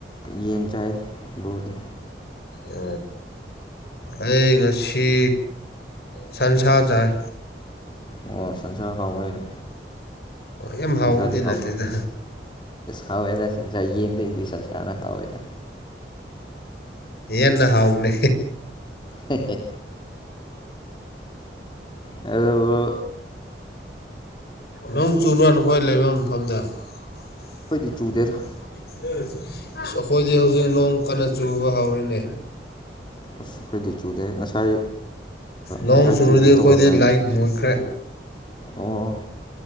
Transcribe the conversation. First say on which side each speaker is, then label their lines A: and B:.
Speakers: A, on the left (about 25°); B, on the left (about 65°).
A: ꯌꯦꯟ ꯆꯥꯏ ꯕ꯭ꯔꯣꯗꯤ
B: ꯑ ꯑꯩ ꯉꯁꯤ ꯁꯟꯁꯥꯗꯥꯏ
A: ꯑꯣ ꯁꯟꯁꯔ ꯍꯥꯎꯕꯔ
B: ꯌꯥꯝ ꯍꯥꯎꯕꯗꯤ
A: ꯁꯁꯗꯤ
B: ꯅꯠꯇꯦꯗ
A: ꯍꯕꯗ ꯁ ꯆꯥꯏ ꯌꯦꯌꯦ ꯂꯩꯩꯗꯤ ꯆꯁꯥꯅ ꯍꯥꯎꯑꯣꯣꯏꯗ
B: ꯏ ꯅ ꯍꯥꯎꯕꯅꯦ
A: ꯍ ꯑꯗꯣ
B: ꯅꯣꯡ ꯆꯨꯕ꯭ꯔꯥ ꯅꯈꯣꯏ ꯂꯩꯕ ꯃꯐꯝꯗ ꯑꯩꯈꯣꯏꯗꯤ
A: ꯆꯨꯗꯦꯗ
B: ꯍꯧꯖꯤꯛ ꯅꯣꯡ ꯀꯟꯅ ꯆꯨꯕ ꯍꯧꯔꯤꯅꯦ
A: ꯑꯁ ꯑꯩꯈꯣꯏꯗꯤ ꯆꯨꯗꯦ ꯉꯁꯥꯏ
B: ꯅꯣꯡ
A: ꯉꯁꯥꯏ
B: ꯆꯨꯔꯗꯤ
A: ꯆꯨꯒꯦ
B: ꯑꯩꯈꯣꯏꯗꯤ
A: ꯇꯧꯔꯝꯃꯦ
B: ꯂꯥꯏꯠ ꯃꯨꯠꯈ꯭ꯔꯦ
A: ꯑꯣ